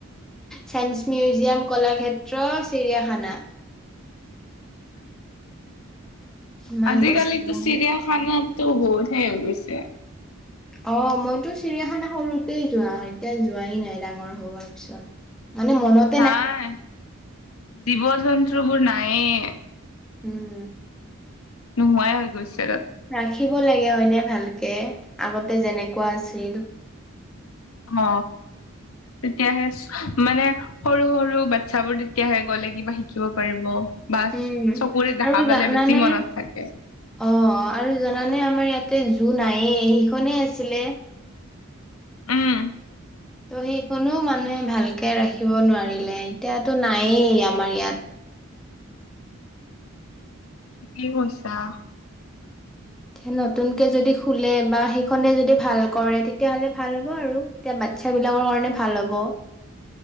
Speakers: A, in the centre; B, on the left.
A: চাইন্স মিউজিয়াম, কলাক্ষেত্ৰ, চিৰিয়াখানা৷ ইমান
B: আজিকালিটো
A: গৈছিলো
B: চিৰিয়াখানাত টো বহুত হে হৈ গৈছে৷
A: অ মইতো চিৰিয়াখানা সৰুতেই যোৱা এতিয়া যোৱাই নাই ডাঙৰ হোৱাৰ পিছত৷ মানে মনত
B: নাই জীৱ জন্তু বোৰ নায়েই৷
A: উম
B: নোহোৱাই হৈ গৈছে তাত৷
A: ৰাখিব লাগে হয়নে ভালকে আগতে যেনেকুৱা আছিল৷
B: অ তেতিয়াহে মানে সৰু সৰু বাচ্ছাবোৰ তেতিয়াহে গ'লে কিবা শিকিব পাৰিব৷ বা
A: উম
B: চকুৰে দেখা
A: আৰু
B: পালে
A: জানানে
B: বেছি মনত থাকে৷
A: অ আৰু জানানে আমাৰ ইয়াতে জু নাইয়ে সেইখনেই আছিলে৷
B: উম
A: ত' সেইখনো মানুহে ভালকে ৰাখিব নোৱাৰিলে এতিয়াতো নায়েই আমাৰ ইয়াত৷
B: ঠিকে কৈছা৷
A: এ নতুনকে যদি খুলে বা সেইখনে যদি ভাল কৰে তেতিয়াহ'লে ভাল হ'ব আৰু৷ এতিয়া বাচ্ছা বিলাকৰ কাৰণে ভাল হ'ব৷